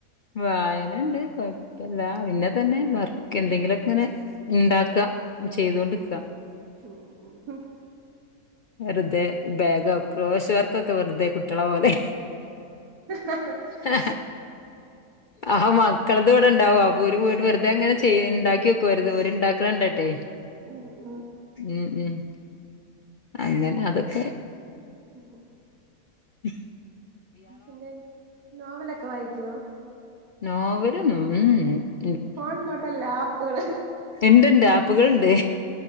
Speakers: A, on the left; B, on the right.
A: വായനണ്ട് കൊഴപ്പല്ല പിന്നെതന്നെ വർക്ക് എന്തെങ്കിലാെക്കെങ്ങെനെ ഇണ്ടാക്കാ ചെയ്തൊണ്ട്ക്കാ
B: ഉം ഉം ഉം
A: വെർതെ ബാഗോ ക്രോശ വർക്കൊക്കെ വെർതെ കുട്ട്യളെ പോലെ
B: ഹ
A: ആ ആഹ് ആഹ് മക്കൾത്‌വ്ടെണ്ടാവും അപ്പം ഓല് പോയിട്ട് വെർതേങ്ങെനെ ചെയ്യ ഇണ്ടാക്ക്യോ ക്കോര്ത് ഓര് ഇണ്ടാക്ക്ണണ്ട്ട്ടെ
B: ഉം ഉം
A: ഉം ഉം അങ്ങെനെ അതൊക്കെ
B: ഓഹ് ഓഹ്
A: ഉ
B: പിന്നെ നോവലൊക്കെ വായിക്ക്യോ
A: നോവലൊന്നും ഉം ഉം
B: ഫോൺലോട്ട ലാപ്പ്കള്
A: ഇണ്ട്ണ്ട് ആപ്പ്കള്ണ്ട്